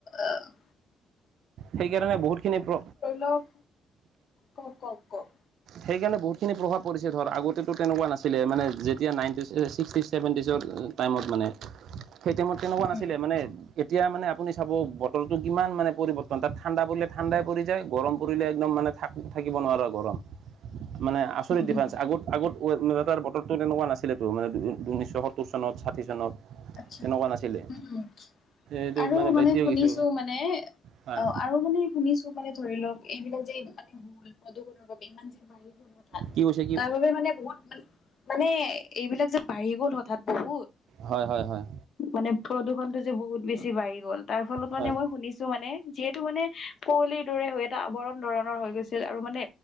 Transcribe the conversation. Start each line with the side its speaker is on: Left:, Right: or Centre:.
Left: আহ
Right: সেইকাৰণে বহুতখিনি <unintelligible>
Left: লওক কওক কওক কওক
Right: সেইকাৰণে বহুতখিনি প্ৰভাৱ পৰিছে ধৰ, আগতেতো তেনেকুৱা নাছিলে মানে যেতিয়া নাইনটি ছিক্সটিজ চেভেণ্টিজত টাইমত মানে, সেই টাইমত কেনেকুৱা
Left: উম
Right: নাছিলে মানে এতিয়া মানে আপুনি চাব বটলটো কিমান মানে পৰিৱৰ্তন তাত ঠাণ্ডা পৰিলে ঠাণ্ডাই পৰি যায়, গৰম পৰিলে একদম মানে থাক-থাকিব নোৱাৰা গৰম। মানে আচৰিত
Left: হম হম
Right: ডিফাৰেঞ্চ, আগত আগত <unintelligible> তো তেনেকুৱা নাছিলেতো মানে ঊনৈছশ সত্তৰ চনত, ষাঠি চনত
Left: আচ্ছা
Right: তেনেকুৱা নাছিলে।
Left: উম উম
Right: এইটো
Left: আৰু মানে
Right: বাদ্য
Left: শুনিছোঁ
Right: গৈছো
Left: মানে
Right: হয়
Left: অ' আৰু মানে শুনিছোঁ মানে ধৰি লওঁক এইবিলাক যে মানে <unintelligible> প্ৰদুষণৰ বাবে ইমান যে বাঢ়ি গ'ল হঠাত
Right: কি কৈছে কি
Left: তাৰ বাবে মানে বহুত মানে এইবিলাক যে বাঢ়ি গ'ল হঠাৎ বহুত
Right: হয় হয় হয় হয়
Left: মানে প্ৰদূষণটো যে বহুত বেছি বাঢ়ি গ'ল তাৰ ফলত মানে
Right: হয়
Left: মই শুনিছোঁ মানে, যিহেতু মানে কুৱলিৰ দৰে হৈ এটা আৱৰণ ধৰণৰ হৈ গৈছিল আৰু মানে